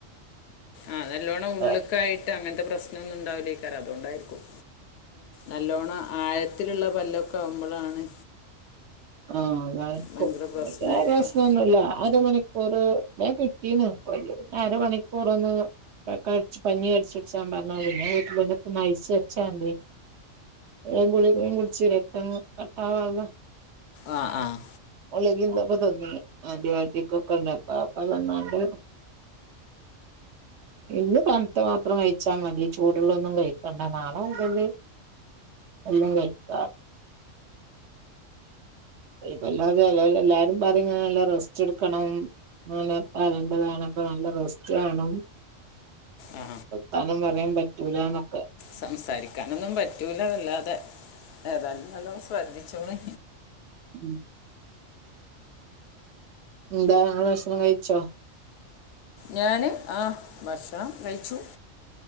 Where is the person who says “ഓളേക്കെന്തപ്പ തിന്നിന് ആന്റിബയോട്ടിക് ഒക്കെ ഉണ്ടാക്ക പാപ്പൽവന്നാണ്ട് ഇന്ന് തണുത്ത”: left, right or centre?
Right